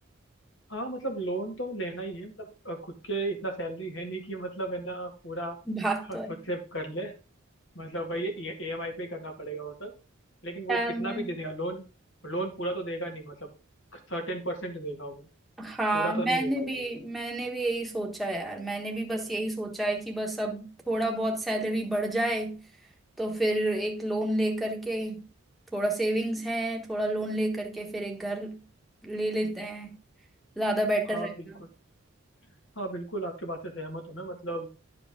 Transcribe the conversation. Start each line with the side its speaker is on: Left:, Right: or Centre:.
Left: हाँ मतलब लोन तो लेना ही है मतलब अ, खुद के इतना सैलरी है नहीं कि मतलब है ना पूरा
Centre: बात
Left: अ,
Centre: तो है
Left: खुद से कर ले मतलब वही ई एम आई पे करना पड़ेगा वो सब लेकिन वो
Centre: यार
Left: कितना
Centre: मैंने
Left: भी दे देगा लोन लोन पूरा तो देगा नहीं मतलब सर्टेन परसेंट देगा वो
Centre: हाँ
Left: पूरा
Centre: मैंने
Left: तो नहीं देगा
Centre: भी
Left: लोन वो
Centre: मैंने भी यही सोचा है यार मैंने भी बस यही सोचा है कि बस अब थोड़ा बहुत सैलरी बढ़ जाए तो फिर एक लोन ले करके थोड़ा सेविंग्स है थोड़ा लोन ले करके फिर एक घर ले लेते हैं ज्यादा बेटर
Left: हाँ
Centre: रहेगा
Left: बिल्कुल हाँ बिल्कुल आपके बात से सहमत हूँ मैं मतलब